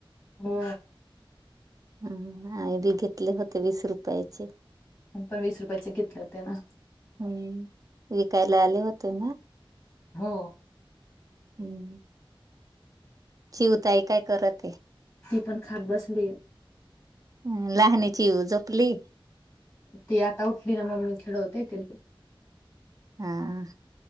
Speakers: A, on the left; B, on the right.
A: हो.
B: हम्म आणि बी घेतले होते वीस रुपयाचे.
A: आम्ही पण वीस रुपयाचे घेतले होते ना.
B: हम्म विकायला <unintelligible>
A: हो.
B: हम्म. चिऊ ताई काय करत आहे.
A: ती पण खात बसलीये.
B: ह लहाणीची जपली
A: ती आता उठली ना ममी खेळवते तिला.
B: हं.